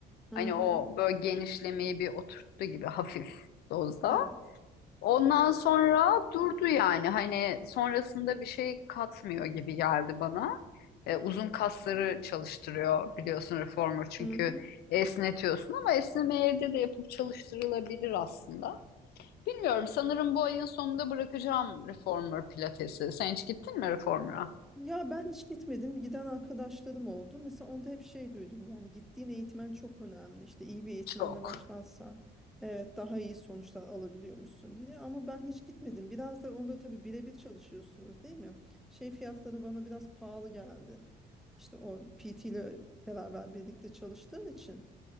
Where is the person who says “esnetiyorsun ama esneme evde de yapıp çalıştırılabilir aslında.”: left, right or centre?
Left